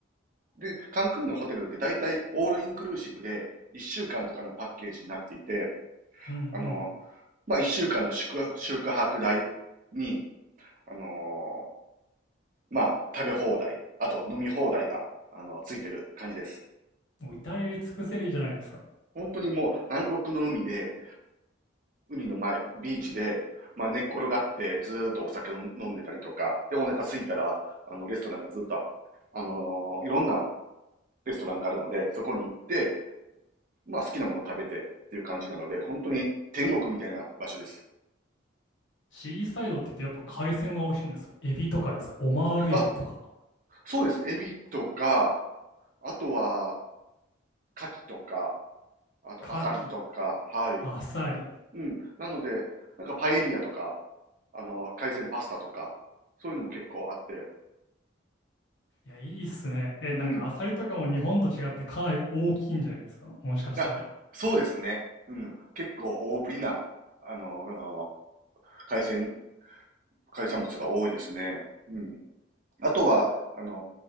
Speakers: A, on the right; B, on the left.
A: で、カンクンのホテルって大体オールインクルーシブで1週間とかのパッケージになっていて、
B: うんう
A: あの、まあ、1週間の宿泊宿泊代に、あのーまあ、食べ放題、あと飲み放題が、あの、ついてる感じです。
B: ん。もう至れり尽くせりじゃないですか。
A: 本当にもう南国の海で、海の前、ビーチで、まあ、寝っ転がってずーっとお酒を飲んでたりとか、で、お腹空いたら、あの、レストランがずっと、あのーいろんなレストランがあるので、そこに行って、まあ好きなものを食べてっていう感じなので、本当に天国みたいな場所です。
B: シーサイドって言うとやっぱ海鮮が美味しいんですかエビとかですかオマールエビとか
A: あ、そうですね。エビとか、あとは、カキとか、あとアサリとか、
B: カキ、
A: はい。
B: アサリ。
A: うん。なので、なんかパエリアとか、あの、海鮮パスタとか、そういうのも結構あって、
B: いや、いいっすね。え、
A: うん。
B: なんかアサリとかも日本と違ってかなり大きいんじゃないですかもしかしたら。
A: あ、そうですね。うん。結構大ぶりな、あの、海鮮、海産物が多いですね。うん。あとは、あの